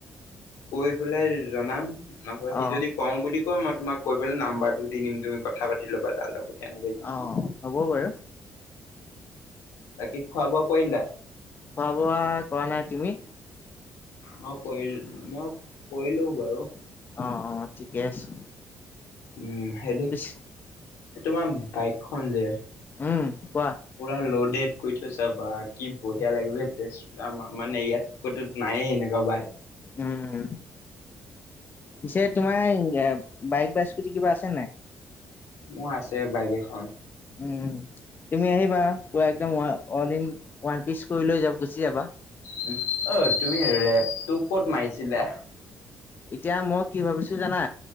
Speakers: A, on the left; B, on the left.
A: কৈ পেলাই জনাম নহব সি,
B: অ
A: যদি কওঁ বুলি ক, মই তোমাকৈ পেলাই নাম্বাৰটো দিম তুমি কথা পাতি ল'বা তাৰ লগত। কেনেকে কি
B: আহ,
A: কি
B: হ'ব বাৰু।
A: বাকি খোৱা, বোৱা কৰিলা।
B: খোৱা, বোৱা কৰা নাই তুমি?
A: মই কৰিল, মই কৰিলো বাৰু।
B: অ', অ', ঠিকে আছে।
A: উম', সেইটো
B: পিছ
A: তোমাৰ বাইকখন যে
B: উম কোৱা
A: পুৰা লডেড কৰি থৈছা, বা কি বঢ়িয়া লাগে বে, <unintelligible> মানে ইয়াত কৈতো নায়েই এনেকুৱা বাইক।
B: উম পিছে তোমাৰ বাইক বা স্কুটি কিবা আছে নে নাই?
A: মোৰ আছে বাইক এখন।
B: উম, তুমি আহিবা পুৰা একদম অল ইন-ওৱান পিচ কৰি লৈ যাম, গুচি যাবা।
A: উম, অ' তুমি ৰেপটো <unintelligible>
B: এতিয়া মই কি ভাবিছোঁ জানা,